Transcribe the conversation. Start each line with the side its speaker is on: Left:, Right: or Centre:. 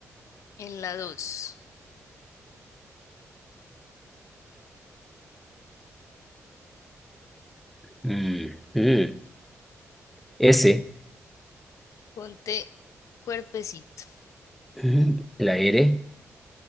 Left: En la dos.
Centre: ujú, S,
Left: Ponte cuerpecito.
Centre: ujú, la R,